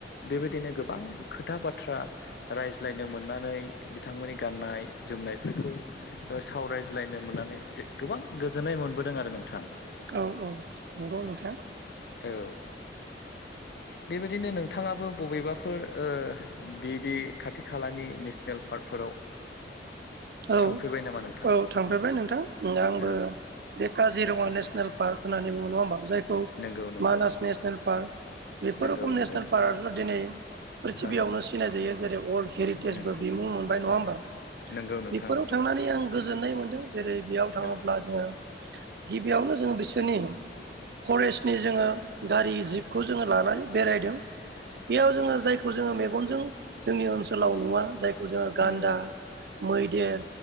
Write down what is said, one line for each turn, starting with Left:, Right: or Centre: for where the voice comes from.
Left: बेबायदिनो गोबां खोथा बाथ्रा रायज्लायनो मोननानै बिथांमोननि गाननाय जोमनायफोरखौ सावरायज्लायनो मोननानै गोबां गोजोननाय मोनबोदों आरो नोंथां
Right: औ-औ नंगौ नोंथां
Left: औ बेबायदिनो नोंथाङाबो बबेबाफोर ओ बिदि खाथि खालानि नेसनेल फार्ग फोराव
Right: औ
Left: थांफेरबाय नामा? नोंथां
Right: औ थांफेरबाय नोंथां आंबो
Left: औ
Right: बे काजिरङा नेसनेल पार्क होननानै बुङो नङा होमबा? जायखौ
Left: नंगौ नंगौ
Right: मानास नेसनेल पार्क बेफोर
Left: नंगौ
Right: रखम
Left: नंगौ
Right: नेसनेल पार्क दिनै प्रिथिबियावनो
Left: औ
Right: सिनाय जायो जेरै अर्ल्ड हेरिटेजबो
Left: नंगौ
Right: बिमुं मोनबाय नङा होमबा
Left: नंगौ नोंथां
Right: बेफोराव
Left: नंगौ
Right: थांनानै आं गोजोननाय मोनदों जेरै बेयाव थाङोब्ला
Left: औ
Right: जोङो बेयावनो जोङो बिसोरनि फरेस्टनि जोङो गारि जिबखौ जोङो लानानै बेरायदों। बेयाव जोङो जायखौ जोङो मेगनजों जोंनि ओनसोलाव नुवा जायखौ जोङो गान्दा
Left: जायखौ जोङो
Right: मैदेर